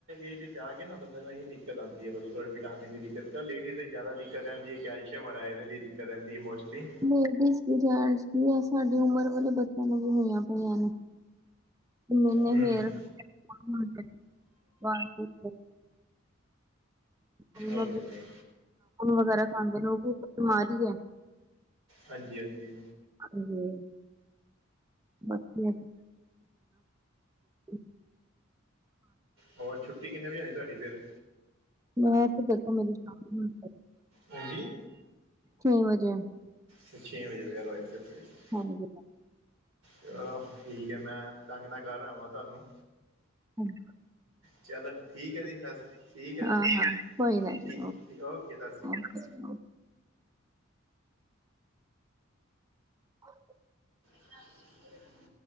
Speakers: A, on the right; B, on the right.
A: ਏ ਚ ਆ ਕੇ ਨਾ ਬੰਦਿਆਂ ਨੂੰ ਇਹੀ ਦਿੱਕਤ ਆਦੀ ਐ, ਮਤਲਬ ਵਿਟਾਮਿਨ ਦੀ ਦਿੱਕਤ ਤਾਂ ਲੇਡੀਜ਼ ਇਹ ਜ਼ਿਆਦਾ ਦਿੱਕਤ ਰਹਿੰਦੀ ਹੈ, ਕੈਲਸ਼ੀਅਮ ਔਰ ਆਇਰਨ ਦੀ ਦਿੱਕਤ ਰਹਿੰਦੀ ਹੈ, ਮੋਸਟਲੀ
B: ਲੇਡੀਜ਼ ਵੀ ਜੈਂਟਸ ਵੀ ਸਾਡੀ ਉਮਰ ਵਾਲੇ ਬੱਚਿਆਂ ਨੂੰ ਵੀ ਹੋਈਆਂ ਪਈਆਂ ਨੇ, <unintelligible>
A: ਹੂੰ
B: ਨੂੰ
A: ਉਹ ਤੇ ਹੈ।
B: ਵਗੈਰਾ ਖਾਂਦੇ ਨੇ, ਉਹ ਵੀ ਇੱਕ ਬਿਮਾਰ ਹੀ ਹੈ।
A: ਹਾਂਜੀ-ਹਾਂਜੀ,
B: ਹਾਂ, ਬਾਕੀ <unintelligible>
A: ਹੋਰ ਛੁੱਟੀ ਕਿੰਨ ਵਜੇ ਆਉਦੀ ਤੁਹਾਡੀ ਫਿਰ
B: ਮੈਂ ਤੇ ਦੇਖਾਗੀ ਮੇਰੀ,
A: ਹਾਂਜੀ,
B: ਛੇ ਵਜੇ।
A: ਫੇਰ ਛੇ ਵਜੇ <unintelligible>
B: ਹਾਂਜੀ,
A: ਚਲੋ ਠੀਕ ਹੈ, ਮੈਂ <unintelligible> ਨਾਲ, ਕਰ ਆਵਾਂ ਤੁਹਾਨੂੰ,
B: ਹਾਂਜੀ
A: ਚਲੋ ਠੀਕ ਹੈ, ਜੀ ਠੀਕ ਹੈ
B: ਹਾਂ
A: ਜੀ,
B: ਹਾਂ ਕੋਈ ਨਾ ਜੀ
A: ਠੀ ਓਕੇ ਸਤਿ ਸ਼੍ਰੀ ਅਕਾਲ।
B: ਓਕੇ <unintelligible>
A: <unintelligible>